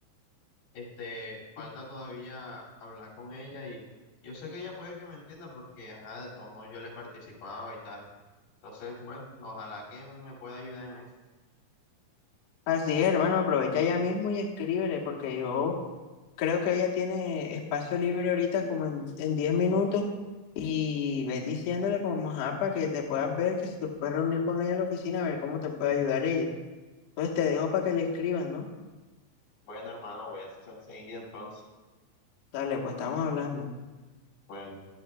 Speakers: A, on the left; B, on the left.
A: este, falta
B: Ujú.
A: todavía hablar con ella y yo sé que ella puede que me entienda porque, ajá, de todos modos yo le participaba y tal. Entonces, bueno, ojalá que me pueda ayudar en eso.
B: Así es, hermano, aprovecha ya mismo y escríbele, porque yo creo que ella tiene espacio libre ahorita como en, en 10 minutos y ves diciéndole como, ajá, para que te puedas ver, que si te puedes reunir con ella en la oficina, a ver cómo te puede ayudar ella. Entonces te dejo para que le escribas, ¿no?
A: Bueno, hermano, voy a hacer eso enseguida entonces.
B: Dale, pues estamos hablando.
A: Bueno.